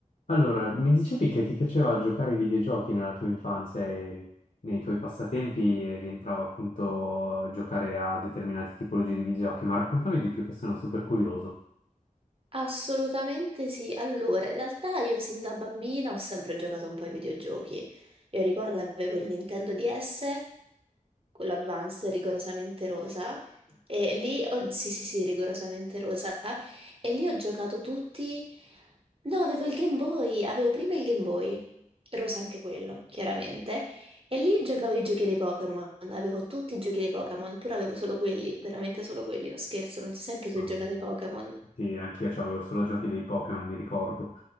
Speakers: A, on the left; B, on the right.
A: Allora, mi dicevi che ti piaceva giocare ai videogiochi nella tua infanzia e nei tuoi passatempi e rientrava appunto giocare a determinate tipologie di videogiochi, ma raccontami di più che sono super curioso.
B: Assolutamente sì. Allora, in realtà io sin da bambina ho sempre giocato un po' ai videogiochi. Io ricordo avevo il Nintendo DS, quello Advanced, rigorosamente rosa, e lì ho... Sì, sì, sì, rigorosamente rosa. E lì ho giocato tutti... No, avevo il Game Boy, avevo prima il Game Boy, rosa anche quello, chiaramente. E lì giocavo i giochi dei Pokémon, avevo tutti i giochi dei Pokémon, pure avevo solo quelli, veramente solo quelli, non scherzo, non so se anche
A: Mamma
B: tu hai giocato
A: mia.
B: ai Pokémon.
A: Sì, anch'io avevo solo giochi dei Pokémon, mi ricordo.